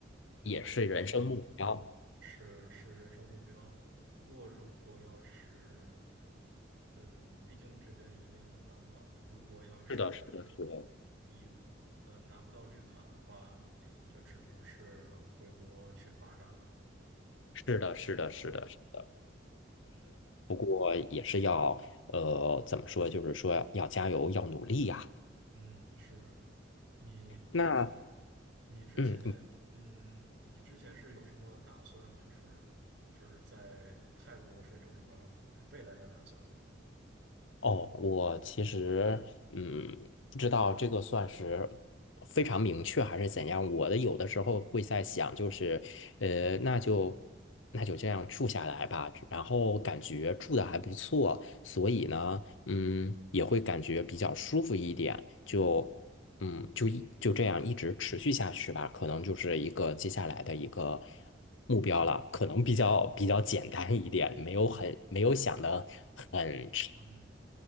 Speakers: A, on the right; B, on the left.
A: 呃，
B: 也是人生目标。
A: 是是人生目标。不过如果要是，嗯，毕竟这边移民很难嘛，如果要是
B: 是的，是的，是的，
A: 移，呃，拿不到绿卡的话，就只能是回国去发展了。
B: 是的，
A: 对，
B: 是的，是的，是的。
A: 嗯。
B: 不过也是要，呃，怎么说？就是说要加油，要努力呀。
A: 嗯，是的，你之
B: 那，
A: 你之前，
B: 嗯，
A: 嗯，你之前是有什么打算？就是就是在泰国是有什么未来的打算
B: 哦，我其实嗯，不知道这个算是非常明确还是怎样。我的有的时候会在想，就是呃，那就那就这样住下来吧。然后感觉住的还不错，所以呢，嗯，也会感觉比较舒服一点。就嗯，就一就这样一直持续下去吧，可能就是一个接下来的一个目标了，可能比较比较简单一点，没有很没有想的很长。
A: 嗯。